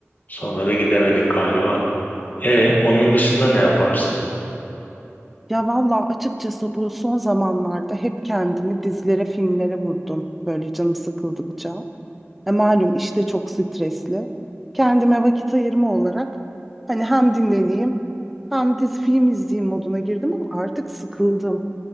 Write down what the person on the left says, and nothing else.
Sonra da gidemedik galiba. E onun dışında ne yaparsın?